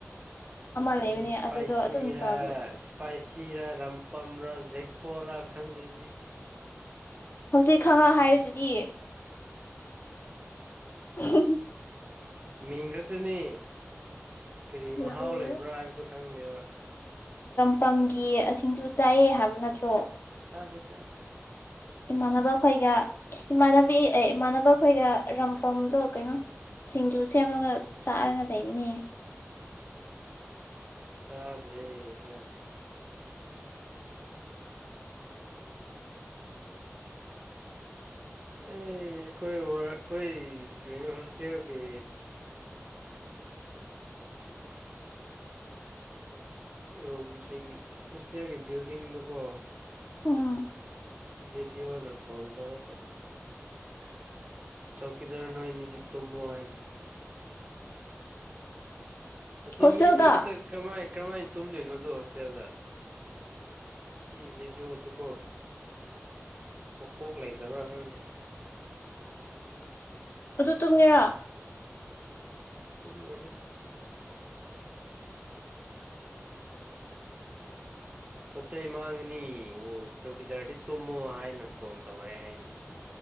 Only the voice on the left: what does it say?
ꯑꯃ ꯂꯩꯕꯅꯦ
ꯑꯗꯨꯗꯣ ꯑꯗꯨꯝ ꯆꯥꯕ
ꯍꯧꯖꯤ ꯈꯪꯉ ꯍꯥꯏꯔꯗꯨꯗꯤ <unintelligible>
ꯂꯥꯛꯑꯦ
ꯄꯝꯒꯤꯁꯤꯡꯁꯨ ꯆꯥꯏꯑ ꯍꯥꯏꯕ ꯅꯠꯇ꯭ꯔꯣ
ꯏꯃꯥꯟꯅꯕ ꯑꯩꯈꯣꯏꯒ ꯏꯃꯥꯟꯅꯕꯤ ꯑꯦ ꯏꯃꯥꯟꯅꯕ ꯑꯩꯈꯣꯏꯒ ꯔꯝꯄꯝꯗꯣ ꯀꯩꯅꯣ ꯁꯤꯡꯖꯨ ꯁꯦꯝꯃꯒ ꯆꯥꯔꯒ ꯂꯩꯕꯅꯤ
ꯎꯝ
ꯍꯣꯁꯇꯦꯜꯗ
ꯑꯗꯨ ꯇꯨꯡꯉꯦꯔꯥ